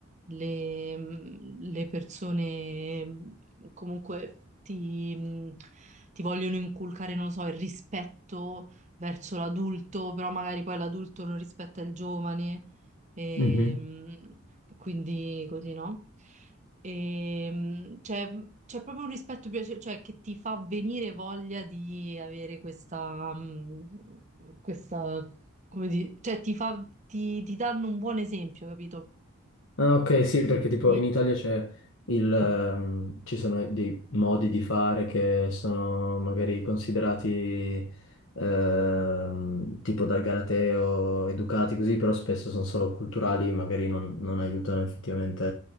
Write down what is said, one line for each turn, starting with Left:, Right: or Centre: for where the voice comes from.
Right: le, mh, le persone mh, comunque ti, mh, ti vogliono inculcare, non lo so, il rispetto verso l'adulto, però magari poi l'adulto non rispetta il giovane, ehm,
Left: Mhm.
Right: quindi così, no? Ehm, c'è c'è proprio un rispetto piace- cioè, che ti fa venire voglia di avere questa, mh, questa, come dire, cioè ti fa, ti, ti danno un buon esempio, capito?
Left: Ah, ok, sì, perché tipo
Right: Di-
Left: in Italia c'è il... ehm, ci sono dei modi di fare che sono magari considerati ehm, tipo dal Galateo, educati così, però spesso sono solo culturali, magari non, non aiutano effettivamente